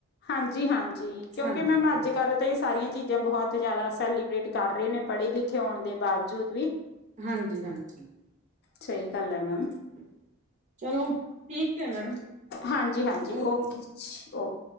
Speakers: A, on the left (about 45°); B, on the right (about 30°).
A: ਹਾਂਜੀ ਹਾਂਜੀ ਕਿਉਂਕਿ
B: ਹਾਂਜੀ
A: ਮੈਮ ਅੱਜ ਕੱਲ ਤਾਂ ਇਹ ਸਾਰੀਆਂ ਚੀਜ਼ਾਂ ਬਹੁਤ ਜ਼ਿਆਦਾ ਸੈਲੀਬ੍ਰੇਟ ਕਰ ਰੇ ਨੇ ਪੜੇ-ਲਿਖੇ ਹੋਨ ਦੇ ਬਾਵਜੂਦ ਵੀ
B: ਹਾਂਜੀ, ਹਾਂਜੀ।
A: ਸਹੀ ਗੱਲ ਏ ਮੈਮ।
B: <inaudible> ਚਲੋ, ਠੀਕ ਏ ਮੈਡਮ।
A: ਹਾਂਜੀ-ਹਾਂਜੀ
B: ਔਕੇ।
A: ਓਕੇ ਜੀ ਓਕੇ